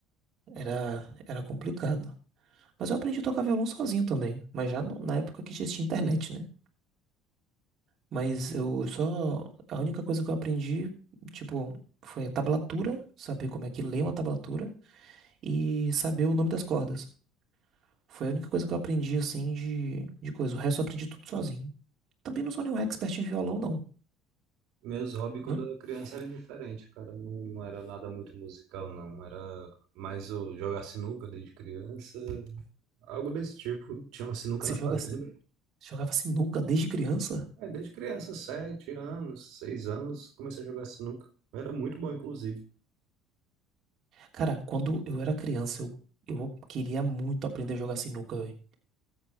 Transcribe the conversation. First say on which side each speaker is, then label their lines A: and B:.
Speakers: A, on the right (about 45°); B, on the right (about 70°).
A: Era, era complicado. Mas eu aprendi a tocar violão sozinho também. Mas já no- na época que já existia internet, né? Mas eu só. A única coisa que eu aprendi, tipo, foi a tablatura, saber como é que lê uma tablatura e saber o nome das cordas. Foi a única coisa que eu aprendi, assim, de, de coisa. O resto eu aprendi tudo sozinho. Também não sou nenhum expert em violão, não.
B: Meus hobbies quando
A: Né?
B: eu era criança era diferente, cara. Não, não era nada muito musical, não. Era mais o jogar sinuca desde criança, Algo desse tipo. Tinha uma sinuca
A: Que
B: na
A: Você joga,
B: fazenda.
A: jogava sinuca desde criança?
B: Aí, desde criança, sete anos, seis anos, comecei a jogar sinuca. Eu era muito bom, inclusive,
A: Cara, quando eu era criança, eu, eu queria muito aprender a jogar sinuca, velho.